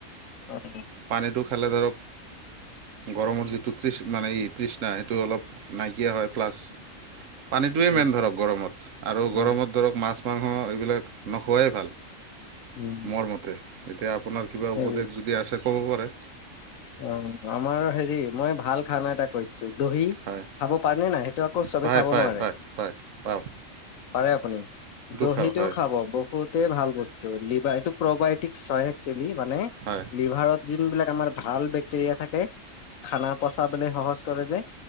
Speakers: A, on the left (about 85°); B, on the right (about 75°).
A: অ'।
B: পানীটো খালে ধৰক গৰমৰ
A: উম,
B: যিটো তৃষ্ মানে এই তৃষ্ণা সেইটো অলপ নাইকিয়া হয়। প্লাছ পানীটোৱেই
A: উম,
B: মেইন ধৰক গৰমত, আৰু
A: উম,
B: গৰমত ধৰক মাছ-মাংস এইবিলাক নোখোৱাই ভাল।
A: উম,
B: মোৰ মতে, এতিয়া আপোনাৰ কিবা
A: হেৰি
B: উপদেশ যদি আছে ক'ব পাৰে।
A: অ' আমাৰ হেৰি মই ভাল খানা এটা কৈ দি দহি
B: হয়
A: খাব পাৰনে নাই, সেইটো আকৌ চবে
B: পায়
A: খাব
B: পায়
A: নোৱাৰে।
B: পায় পায় পাওঁ
A: পাৰে আপুনি, দহিটো
B: খাওঁ হয়
A: খাব বহুতেই ভাল বস্তু, লিভাৰ এইটো প্ৰবায়টিক চয়েত যেলি মানে,
B: হয়
A: লিভাৰত যোন বিলাক আমাৰ ভাল বেক্টেৰিয়া থাকে খানা পচাবলৈ সহজ কৰে যে